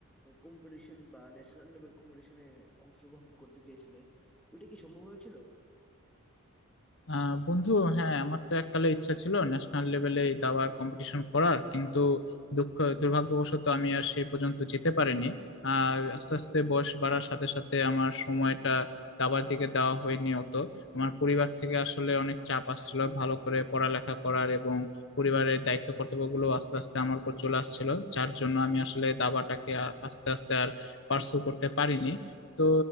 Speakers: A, in the centre; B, on the left (about 55°).
A: কম্পিটিশন বা ন্যাশনাল লেভেল কম্পিটিশনে অংশগ্রহণ করতে চেয়েছিলে ওইটা কি সম্ভব হয়েছিল
B: আহ বন্ধু হ্যাঁ আমার তো এককালে ইচ্ছা ছিল ন্যাশনাল লেভেলে দাবার কম্পিটিশন করার কিন্তু দুঃখ দুর্ভাগ্যবশত আমি আর সে পর্যন্ত যেতে পারিনি আর আস্তে আস্তে বয়স বাড়ার সাথে সাথে আমার সময়টা দাবার দিকে দেওয়া হয়নি অত আমার পরিবার থেকে আসলে অনেক চাপ আসছিল ভালো করে পড়ালেখা করার এবং পরিবারের দায়িত্ব কর্তব্যগুলো আস্তে আস্তে আমার উপর চলে আসছিল যার জন্য আমি আসলে দাবাটাকে আ- আস্তে আস্তে আর পার্সু করতে পারিনি তো